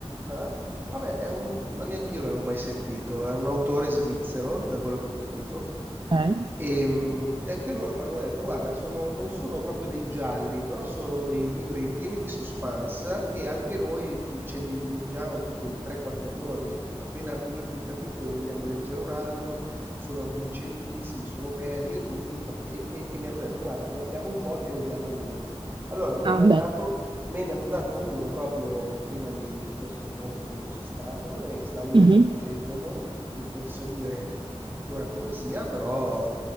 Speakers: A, on the right (about 20°); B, on the right (about 50°).
A: Ah? Vabbè, è un ma neanch'io l'avevo mai sentito, è un autore svizzero, da quello che ho capito,
B: ok,
A: e, mh, e anche loro mi hanno detto, guarda, sono- non sono proprio dei gialli, però sono dei libri pieni di suspense e anche noi ce li leggiamo tipo in 3-4 giorni, appena finito un capitolo e vogliamo leggere un altro, sono avvincentissimi, sono belli e tutto, infatti- e, e- e mi hanno detto, guarda, ne abbiamo un po', te ne diamo uno. Allora, mi
B: ah
A: hanno dato Me ne hanno dato uno proprio prima di, di questo ponte che c'è stato e stavo iniziando
B: bene,
A: a leggerlo, quindi non so dire ancora come sia, però